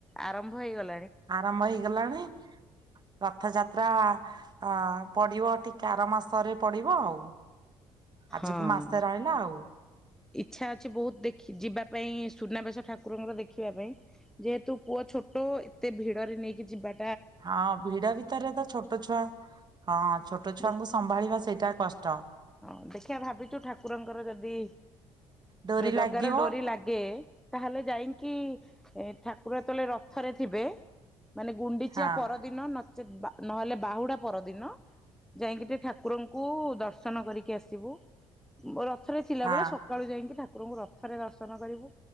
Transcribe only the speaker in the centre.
ଆରମ୍ଭ ହେଇଗଲା
ହଁ
ଇଚ୍ଛା ଅଛି ବହୁତ ଦେଖି ଯିବା ପାଇଁ ସୁନାବେସ ଠାକୁରଙ୍କର ଦେଖିବା ପାଇଁ ଯେହେତୁ ପୁଅ ଛୋଟ ଏତେ ଭିଡରେ ନେଇକି ଯିବା
ଦେଖ
ହଁ ଦେଖିିବା ଭାବିଛୁ ଠାକୁରଙ୍କର ଯଦି
ଜଗାର
ଡୋରି ଲାଗେ ତାହେଲେ ଯାଇକି ଏ ଠାକୁର ଯେତେବେଳେ ରଥରେ ଥିବେ ମାନେ ଗୁଣ୍ଡିଚାଆ
ପରଦିନ ସେ ନହେଲେ ବାହୁଡା ପରଦିନ ଯାଇକି ଟିକେ ଠାକୁରଙ୍କୁ ଦର୍ଶନ କରିକି ଆସିବୁ ରଥରେ ଥିଲାବେଳେ
ସକାଳୁ ଯାଇକି ଠାକୁର ଙ୍କୁ ରଥରେ ଦର୍ଶନ କରିବୁ